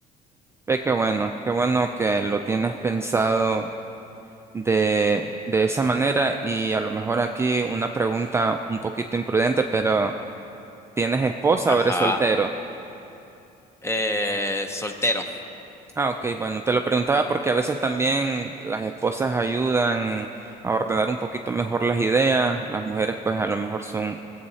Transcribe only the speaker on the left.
Ajá.
Eh, soltero.